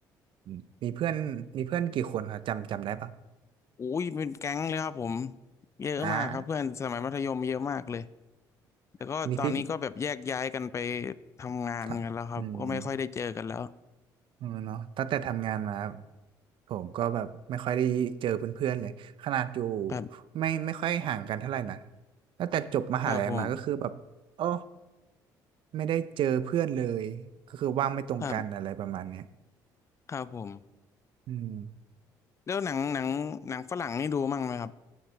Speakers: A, on the right; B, on the left.
A: อืมมีเพื่อนมีเพื่อนกี่คนครับจำจำได้ปะ
B: อุ้ยเป็นแก๊งเลยครับผมเยอะมากครับเพื่อนสมัยมัธยมเยอะมากเลย
A: อ่า
B: แต่ก็ตอนนี้ก็แบบแยกย้ายกันไป
A: อันนี้พี่
B: ทำงานกันแล้วครับก็ไม่ค่อยได้เจอกันแล้ว
A: ถามอืม เออเนาะตั้งแต่ทำงานมาผมก็แบบไม่ค่อยได้เจอเพื่อนๆเลยขนาดอยู่
B: ครับ
A: ไม่ไม่ค่อยห่างกันเท่าไหร่นะตั้งแต่จบมหาลัยมาก็คือแบบโอ้
B: ครับผม
A: ไม่ได้เจอเพื่อนเลยก็คือว่างไม่ตรงกันอะไรประมาณเนี้ย
B: ครับครับผม
A: อืม
B: แล้วหนังหนังหนังฝรั่งนี่ดูมั่งไหมครับ